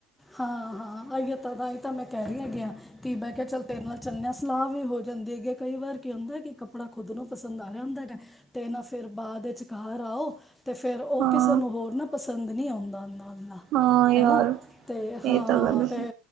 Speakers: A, in the centre; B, on the right.
A: ਹਾਂ ਹਾਂ ਆਈਔ ਤਾਂ ਤਾਂਹੀਂ ਤਾਂ ਮੈਂ ਕੈਅ ਰੀ ਹੈਗੀ ਆਂ। ਕੀ ਮੈਂ ਕੇਆ ਚੱਲ ਤੇਰੇ ਨਾਲ ਚੱਲੇਆਂ ਸਲਾਅ ਵੀ ਹੋ ਜਾਂਦੀ ਹੈਗੇ ਕਈ ਵਾਰ ਕੀ ਹੁੰਦਾ ਕੇ ਕੱਪੜਾ ਖੁਦ ਨੂੰ ਪਸੰਦ ਆ ਰੇਆ ਹੁੰਦਾ ਹੈਗਾ ਤੇ ਨਾ ਫੇਰ ਬਾਦ ਵੇਚ ਘਰ ਆਓ ਤੇ ਫੇਰ ਓ
B: ਹਾਂ
A: ਕੀਸੇ ਨੂੰ ਹੋਰ ਨੂੰ ਪਸੰਦ ਨੀ ਆਂਦਾ ਦਾ-ਦਾ
B: ਹਾਂ ਯਾਰ
A: ਹਨਾ ਤੇ
B: ਇਹ
A: ਹਾਂ
B: ਤਾਂ ਗੱਲ ਹੈ।
A: ਤੇ